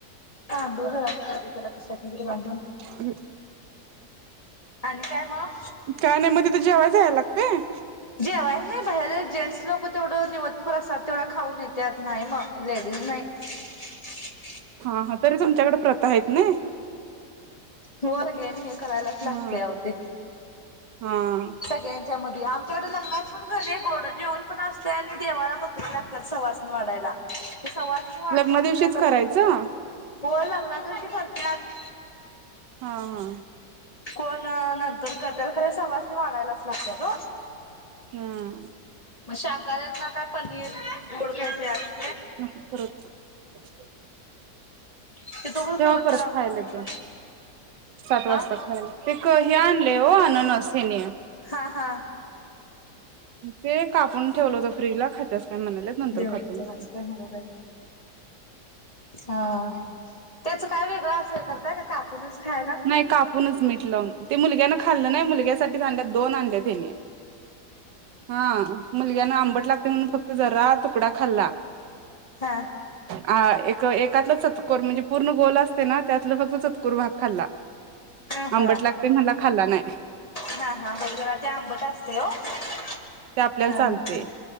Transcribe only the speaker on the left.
हां दोर ला त्याला कशाला <unintelligible>
आणि काय मग
नाही बाहेर जेंट्स लोक तेवढं निवद परसाद खाऊन तेवढं खाऊन येत्यात, नाही मग लेडीज नाही. ह. <inaudible>
होर गेनी हे करायलाच लागते
अव ते.
सगळ्यांच्या म आम आमच्याकडे लग्नात पण क नी पण घरी गोड जेवण पण असतय आणि देवाला बकरी लागतात सवासणी वाढायला. सवासणी वाढल्या
नसल्या
तर,
हो लग्ना दिवशी करत्यात.
कोण नंतर करत्यात, खरे सवासने वाढायलाच लागत हो.
मग शाकाऱ्यांना काय पनीर गोड कायतरी असं
तिथं उगाच
निवद
जरा उगाच
निवद
हा
हा हा.
देवराचा
वास <inaudible> हा त्याच काय वेगळं असं हे करता? का कापूनच खायला
हा
हा
हा.
हा हा म्हणजे जरा ते आंबट असते हो हा
ह.